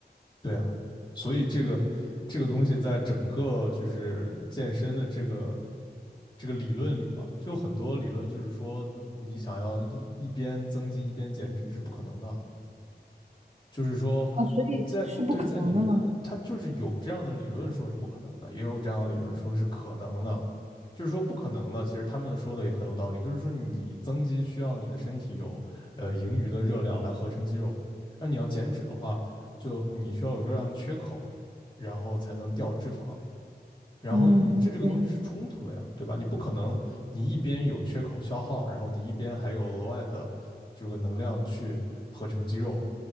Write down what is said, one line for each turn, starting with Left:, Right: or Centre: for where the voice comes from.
Left: 对啊，所以这个这个东西在整个就是健身的这个这个理论里嘛，就有很多理论就是说，你想要一一边增肌一边减脂是不可能的。就是说，
Right: 啊，所以是不可能的嘛。
Left: 在对在理，他就是有这样的理论说是不可能的，也有这样的理论说是可能的。就是说不可能的，其实他们说的也很有道理。就是说你增肌需要你的身体有呃盈余的热量来合成肌肉，那你要减脂的话，就你需要有热量缺口，然后才能掉脂肪。然后你这这个东西是冲突的呀，
Right: 嗯，对，
Left: 对吧？你不可能你一边有缺口消耗，然后你一边还有额外的这个能量去合成肌肉，